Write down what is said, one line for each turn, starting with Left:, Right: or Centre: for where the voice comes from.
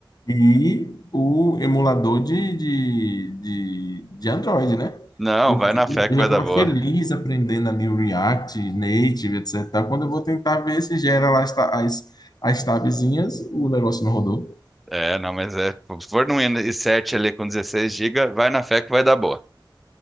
Left: e o emulador de, de, de, de Android, né?
Centre: Não,
Left: Porque
Centre: vai na
Left: eu
Centre: fé que vai
Left: já estava
Centre: dar boa.
Left: feliz aprendendo ali o React, Native, etc. Quando eu vou tentar ver se gera lá as, ta- as, as tabzinhas, o negócio não rodou.
Centre: É, não, mas é. Se for num i7 ali com 16 GB, vai na fé que vai dar boa.